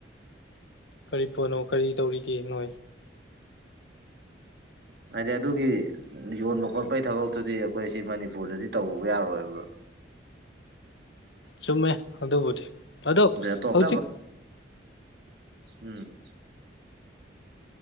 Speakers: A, on the left; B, on the right.
A: ꯀꯔꯤ ꯄꯣꯠꯅꯣ ꯀꯔꯤ ꯇꯧꯔꯤꯒꯦ ꯅꯣꯏ
B: ꯍꯥꯏꯗꯤ ꯑꯗꯨꯒꯤ ꯌꯣꯟꯕ ꯈꯣꯠꯄꯩ ꯊꯕꯛꯇꯨꯗꯤ ꯑꯩꯈꯣꯏ ꯁꯤ ꯃꯅꯤꯄꯨꯔꯗꯗꯤ ꯇꯧꯕ ꯌꯥꯔꯣꯏꯕ
A: ꯆꯨꯝꯃꯦ ꯑꯗꯨꯕꯨꯗꯤ ꯑꯗꯣ
B: ꯑꯗꯩ ꯑꯇꯣꯞ
A: ꯍꯧꯖꯤꯛ
B: ꯎꯝ